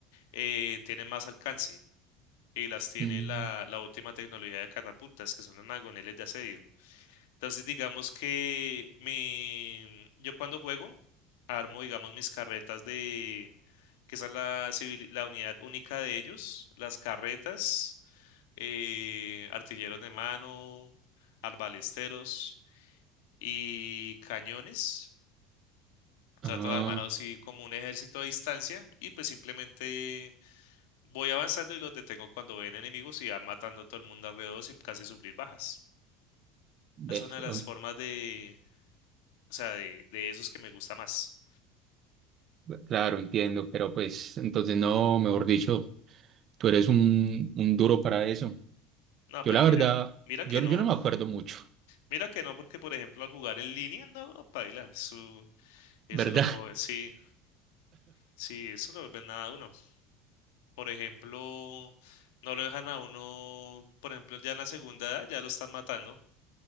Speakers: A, on the left; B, on the right.
A: eh, tienen más alcance y las tiene
B: Mm,
A: la, la última tecnología de catapultas, que son los magoneles de asedio. Entonces, digamos que mi, yo cuando juego, armo, digamos, mis carretas de, que esa es la, civil- la unidad única de ellos, las carretas, eh, artilleros de mano, arbalesteros y cañones. Trato
B: ah,
A: de armar así como un ejército a distancia y pues simplemente Voy avanzando y los detengo cuando ven enemigos y van matando a todo el mundo alrededor sin casi sufrir bajas.
B: ve.
A: Es una de las
B: ah,
A: formas de, o sea, de, de esos que me gusta más.
B: Claro, entiendo, pero pues entonces no, mejor dicho, tú eres un, un duro para eso.
A: No,
B: Yo
A: pero
B: la verdad,
A: mira, mira
B: yo,
A: que no,
B: yo no me acuerdo mucho,
A: mira que no, porque por ejemplo al jugar en línea, no, paila, su, eso
B: ¿verdad?
A: lo coge, sí, sí, eso lo vuelve nada a uno. Por ejemplo, no lo dejan a uno, por ejemplo, ya en la segunda edad ya lo están matando,